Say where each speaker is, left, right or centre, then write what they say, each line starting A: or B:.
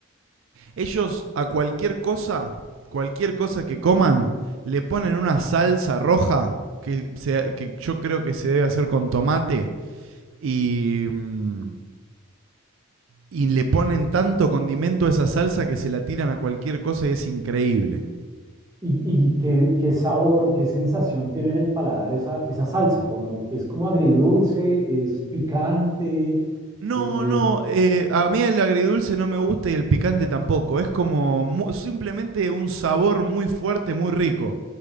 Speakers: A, on the right (about 65°); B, on the right (about 15°).
A: Ellos a cualquier cosa, cualquier cosa que coman, le ponen una salsa roja que, se- que yo creo que se debe hacer con tomate y, mm, y le ponen tanto condimento a esa salsa que se la tiran a cualquier cosa y es increíble.
B: ¿Y, y qué, qué sabor, qué sensación tiene en el paladar esa, esa salsa? Como, ¿Es como agridulce? ¿Es picante?
A: No,
B: Es...
A: no, eh, a mí el agridulce no me gusta y el picante tampoco. Es como mu- simplemente un sabor muy fuerte, muy rico.